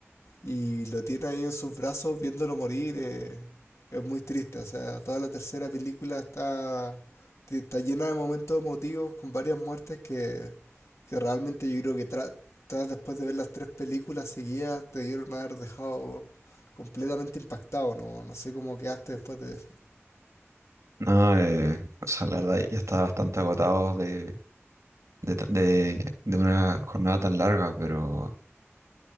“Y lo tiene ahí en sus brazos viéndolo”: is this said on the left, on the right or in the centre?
Left